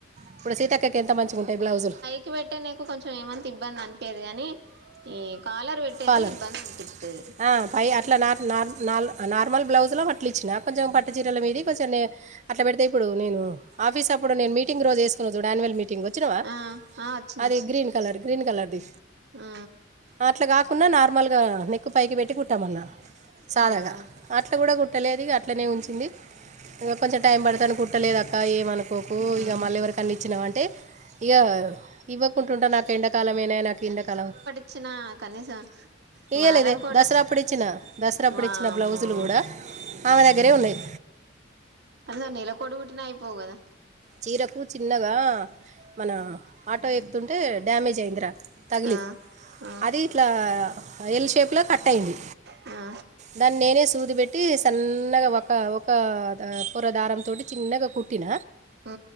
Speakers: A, on the right; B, on the right.
A: ఇప్పుడు సీతక్కకి ఎంత మంచిగాంటాయి బ్లౌజులు
B: కి పెట్టనీకి కొంచెం ఏమంత ఇబ్బంది అనిపియ్యదు గాని ఈ కాలర్ పెట్టేది
A: కాలర్
B: ఇబ్బంది అనిపిస్తది
A: ఆ, పై అట్లా నార్ నార్ నార్ నార్మల్ బ్లౌజ్లో అట్లు ఇచ్చిన కొంచెం పట్టు చీరల మీది కొంచెం అట్లా పెడితే ఇప్పుడు నేను ఆఫీస్ అప్పుడు నేను మీటింగ్ రోజువేసుకున్న చూడు అన్యువల మీటింగ్ వ వచ్చినవా
B: ఆ ఆ వచ్చిన
A: అది
B: వచ్చిన
A: గ్రీన్ కలర్ గ్రీన్ కలర్ది
B: ఆ
A: అట్లా కాకుండా నార్మల్గా నెక్కు పైకి పెట్టి కుంటామన్నా సాదాగా
B: ఆ
A: అట్లా కూడా కుట్టలేదిగ అట్లనే ఉంచింది ఇంక కొంచెం టైం పడతాను కుట్టలేదు అక్క ఏమనుకో కోకు
B: మ్మ్
A: ఇక మళ్ళీ ఎవరికన్న ఇచ్చినావు అంటే ఇక ఇవ్వకు ఉంటే నాకు ఎండకాలమేనా నాకు ఎండాకాలం
B: ఇచ్చిన కనీసం
A: ఇయ్యలేదే
B: వారానికి ఒకటి
A: దసరాప్పుడు
B: ఇచ్చి
A: ఇచ్చిన దసరాప్పుడు
B: వామ్మో
A: ఇచ్చిన బ్లౌజులు కూడా ఆమె దగ్గరే ఉన్నాయి
B: అవునా నెలకొకటి కుట్టిన అయిపోవు కదా
A: చీరకు చిన్నగా మన ఆటో ఎక్తుంటే డ్యామేజ్ అయిందిరా తగిలి
B: ఆ ఆ
A: అది ఇట్లా ఎల్ షేప్ లో కట్ అయింది
B: ఆ
A: దాన్ని నేనే సూదు పేట్టి సన్నగా ఒక ఒక పొరదారంతోటి చిన్నగా కుట్టిన
B: ఉ